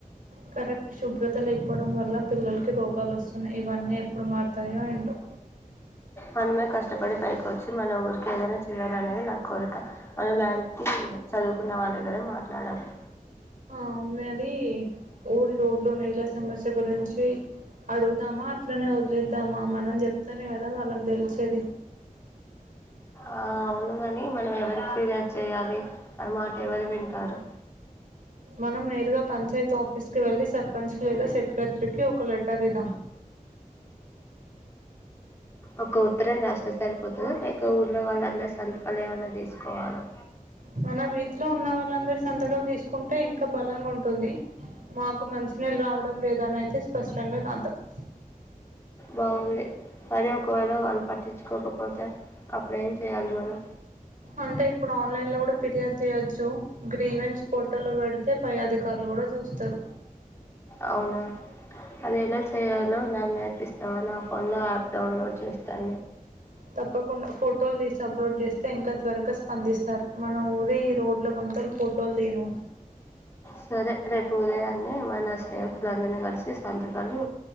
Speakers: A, on the right; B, on the left.
A: కరెక్ట్ శుభ్రత లేకపోవడం వల్ల పిల్లలకి రోగాలు వస్తున్నాయి ఇవన్నీ ఎప్పుడు మారుతాయో ఏంటో
B: మనమే కష్టపడి పైకోచ్చు మన ఊరికి ఏదైనా చేయాలినేది నా కోరిక మన లాంటి చదువుకున్న వాళ్ళే కదా మాట్లాడాలి
A: ఆ మరి ఊరి రోడ్లు నెల సమస్య గురించి అడుగుదామా అట్లనే వదిలేద్దామా మనం చెప్తానే కదా వాళ్ళకి తెలిసేది
B: అవును కాని మనం ఎవరికి ఫిర్యాదు చేయాలి మన మాట ఎవరు వింటారు
A: మనం నేరుగా పంచాయతీ ఆఫీ ఆఫీస్కి వెళ్ళి సర్పంచ్కి లేదా సెక్రటరీకి ఒక లెటర్ ఇద్దం
B: ఒక ఉత్తరం రాస్తే సరిపోతుంది లేక ఊళ్లో వాళ్ళు అందరు సంతకాలు ఏమన్నా తీసుకోవాలి
A: మన వీటిలో ఉన్న వాళ్ళందరు సంతకాలు తీసుకు కుంటే ఇంకా బలంగా ఉంటుంది మాకు మంచినీళ్ళు రావడం లేదాని అయితే స్పష్టంగా రాద్దాం <inaudible>
B: బాగుంది మరి ఒకవేళ వాళ్ళు పట్టించుకోకపోతే అప్పుడ ఏం చేయాలి మనం
A: అంటే ఇప్పుడు ఆన్లైన్ లో కూడా ఫిర్యాదు చేయొచ్చు గ్రీవెంస్ పోర్ట లో పెడితే పై అధికారులు కూడా చూస్తారు
B: అవునా అది ఎలా చేయాలో నాకు నేర్పిస్త నా ఫోన్ లో యాప్ డౌన్లోడ్ చేస్తారు
A: తప్పకుండా ఫోటోలు తీసి అప్లోడ్ చేస్త ఇంకా త్వరగా స్పందిస్తె తర్ మన ఊరే ఈ రోడ్ల కొంతలు ఫోటోలు తేను
B: సరే రేపు ఉదయాన్నన్ని మ నష్ట స్నేహితులందరినీ కలిసి సంతకాలు